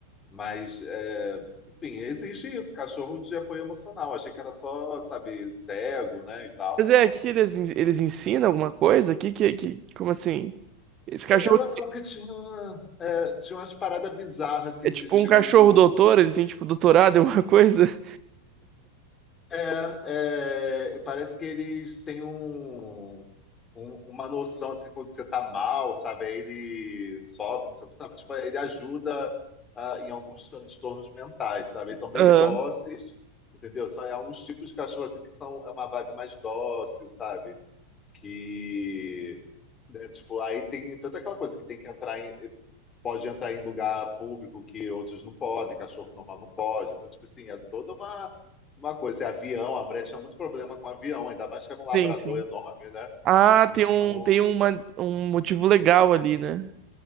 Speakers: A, on the left; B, on the right.
A: mas, é, enfim, existe isso, cachorro de apoio emocional. Achei que era só, sabe, cego, né, e tal.
B: Mas é,
A: Não.
B: aqui eles, en- eles ensinam alguma coisa? Que, que, que, como assim? Esse cachorro
A: Ela falava que tinha, é, tinha umas paradas bizarras, assim,
B: é tipo
A: de tipo.
B: um cachorro doutor, ele tem tipo doutorado, em alguma coisa? <laughs>
A: É, é, parece que eles têm um, um- uma noção assim, quando você tá mal, sabe? Aí ele sobe, não sei o que, sabe? Tipo, ele ajuda ah, em alguns transtornos mentais, sabe? Eles são bem
B: Aham.
A: dóceis, entendeu? São é uns tipos de cachorro assim que são é uma vibe mais dócil, sabe? Que né, tipo, aí tem toda aquela coisa que tem que entrar em pode entrar em lugar público que outros não podem, cachorro normal não pode. Então, tipo assim, é toda uma, uma coisa. E avião, a mulher tinha muito problema com avião, ainda mais que era um labrador
B: Sim, sim.
A: enorme, né?
B: Ah,
A: Então,
B: tem um, tem uma, um motivo legal ali, né?